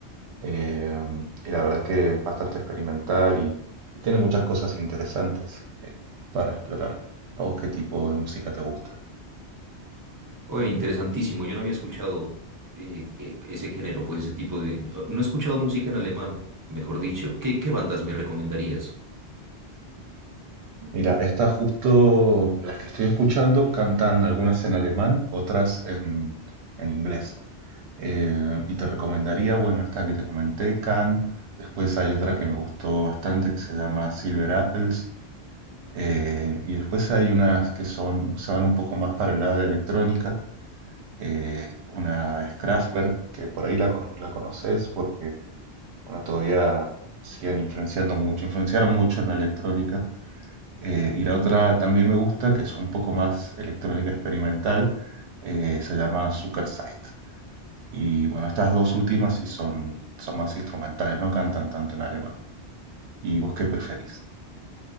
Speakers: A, on the right; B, on the right.
A: Eh, y la verdad que es bastante experimental y, y tiene muchas cosas interesantes eh, para explorar. ¿A vos qué tipo de música te gusta?
B: Oye, interesantísimo, yo no había escuchado eh, eh, ese género, pues ese tipo de... No he escuchado música en alemán, mejor dicho. ¿Qué, qué bandas me recomendarías?
A: Mira, estas justo las que estoy escuchando cantan algunas en alemán, otras en, en inglés. Eh, y te recomendaría, bueno, esta que te comenté, Can. Después hay otra que me gustó bastante que se llama Silver Apples. Eh, y después hay unas que son, se van un poco más para el lado de electrónica, eh, una es Kraftwerk, que por ahí la, cono- la conoces porque bueno, todavía siguen influenciando mucho, influenciaron mucho en la electrónica. Eh, y la otra también me gusta, que es un poco más electrónica experimental, eh, se llama Zuckerzeit. Y bueno, estas dos últimas sí son, son más instrumentales, no cantan tanto en alemán. ¿Y vos qué preferís?